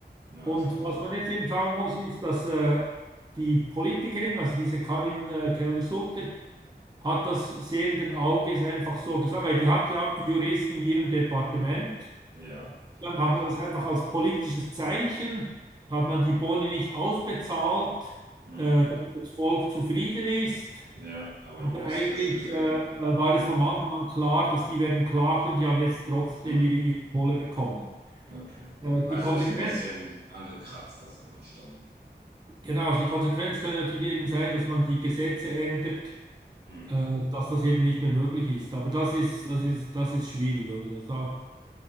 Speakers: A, on the right (about 70°); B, on the right (about 25°).
A: Ja,
B: Und
A: das macht,
B: was man jetzt eben sagen muss, ist, dass äh, die Politikerin, also diese Karin äh, Keller-Sutter, hat das sehenden Auges einfach so gesagt, weil die hat ja Juristen in ihrem Departement.
A: ja, die
B: Dann
A: wird.
B: hat man das einfach als politisches Zeichen, hat man die Boni nicht ausbezahlt,
A: Mhm.
B: äh, damit das Volk zufrieden ist.
A: Ja, aber
B: Aber
A: juristisch
B: eigentlich
A: gesehen,
B: äh, äh, war es
A: ne.
B: vom Anfang an klar, dass die werden klagen und die haben jetzt trotzdem
A: Mhm.
B: ihre, ihre Kohle bekommen.
A: Okay.
B: Äh,
A: Also
B: die Konsequenz,
A: ist ein bisschen angekratzt, das Image dann.
B: genau, also die Konsequenz könnte natürlich eben sein, dass man die Gesetze ändert,
A: Hm.
B: äh, dass das eben nicht mehr möglich ist. Aber das ist, das ist, das ist schwierig, oder? Das, da,